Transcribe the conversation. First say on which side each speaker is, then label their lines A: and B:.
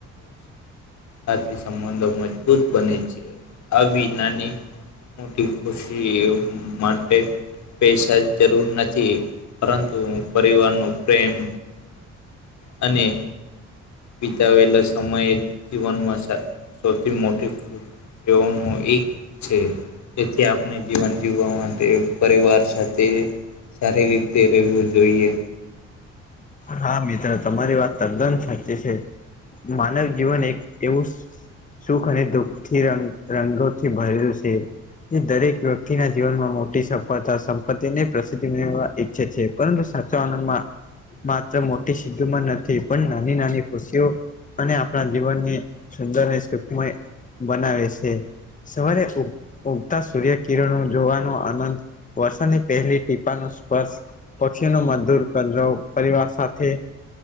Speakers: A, on the left; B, on the left.
A: આથી સંબંધો મજબૂત બને છે આવી નાની. મોટી ખુશી એ માટે પૈસા જ. જરૂર નથી પરંતુ પરિવાર ન પ્રેમક અને. બિતાવેલા સમયે જીવનમાં સૌથી મોટી ખૂબ તેઓ ન એક છે. જેથી આપણે જીવન જીવવા માટે પરિવાર સાથે. તે સારી રીતે રહેવું જોઈએ.
B: હા મિત્ર તમારી વાત તદ્દન સાચી છે માનવ જીવન એક એવું. સુખ અને દુઃખથી રંગ રંગોથી ભરેયું છે એ દરેક વ્યક્તિના જીવનમાં મોટી સફળતા સંપત્તિને પ્રસિદ્ધિ કરવા. ઈચ્છે છે પરંતુ સાચો આનંદમાં. માત્ર મોટી સીધુમાં નથી પણ નાની નાની ખુશીઓ. અને આપણા જીવનને સુંદર અને સુખમય બનાવે છે. સવારે ઉગતા સૂર્ય કિરણો જોવાનો આનંદ. વર્ષની પહેલી ટીપા ન સ્પર્શ પછી ન મધુર કર પરિવાર સાથે